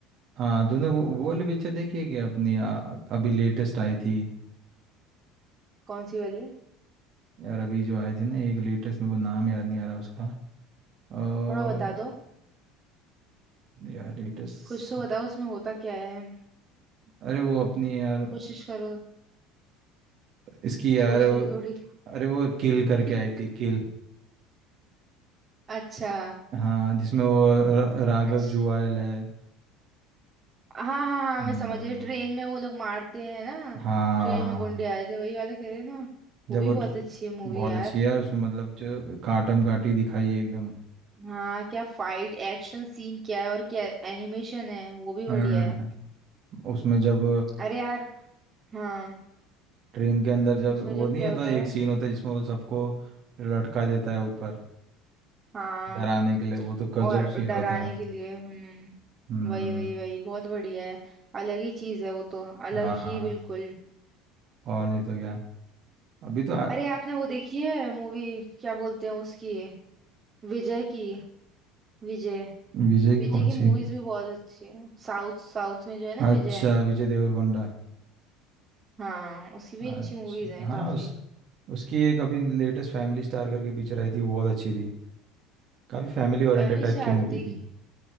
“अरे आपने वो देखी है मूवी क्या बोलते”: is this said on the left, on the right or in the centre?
Right